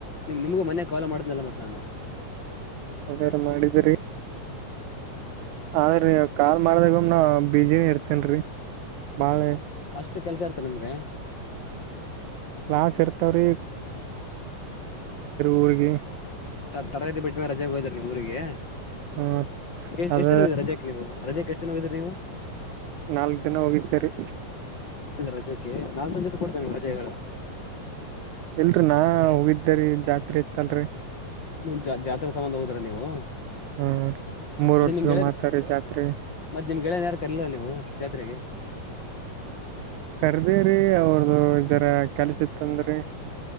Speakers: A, on the left; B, on the right.
A: ನಿಮ್ಗೂ ಮನೆ ಕಾಲ್ ಮಾಡದನಲ್ಲ ಮತ್ತೆ ನಾನು
B: ಅದೆರಿ ಮಾಡಿದ್ರರಿ ಆದ್ರಿ ಕಾಲ್ ಮಾಡ್ದಾಗಮ್ನ ಬೀಜಿನ ಇರ್ತೇನ್ರಿ ಬಾಳೆ
A: ಎಷ್ಟು ಕೆಲ್ಸ ಇರ್ತ ನಿಮ್ಗೆ
B: ಕ್ಲಾಸ್ ಇರ್ತಾವ್ರಿ ಊರಗೆ
A: ತರಗತಿ ಬಿಟ್ಟ ಮೇಲೆ ರಜೆಗೆ ಹೋಯಿದ್ರಿ ನೀವು ಊರಿಗೆ
B: ಹ
A: ಎ
B: ಅದ
A: ಎಷ್ಟ್ ದಿನ ಹೋಗರಿ ರಜಾಕ್ ನೀವು ರಜಕ್ ಎಷ್ಟ್ ದಿನ ಹೋಗಿದ್ರಿ ನೀವು
B: ನಾಲ್ಕ್ ದಿನ ಹೋಗಿದ್ದರಿ
A: ರಜೆಕೆ ನಾಲ್ಕ ತಂದ ಕೊಡ್ತಾನ ರಜೆಗಳ
B: ಇಲ್ರಿ ನಾಹೋಗಿದ್ದೇರೀ ಜಾತ್ರೆ ಇತ್ತಲ್ರಿ
A: ನೀವು ಜಾ ಜಾತ್ರೆ ಸಂಬಂಧ ್ರ ನೀವು
B: ಹ್ಮ್ ಮೂರ್
A: ಮತ್ತೆ
B: ವರ್ಷಗ
A: ನಿಮ್ ಗೆಳೆಯ
B: ಮಾತಾರಿ ಜಾತ್ರಿ
A: ಮತ್ತೆ ನಿಮ್ ಗೆಳೆಯನ್ ಯಾರು ಕರಲಿಲ್ಲ ನೀವು ಜಾತ್ರೆಗೆ
B: ಕರ್ದಿರಿ ಅವ್ರದು ಜರ ಕೆಲ್ಸ ಇತ್ತಂದ್ರಿ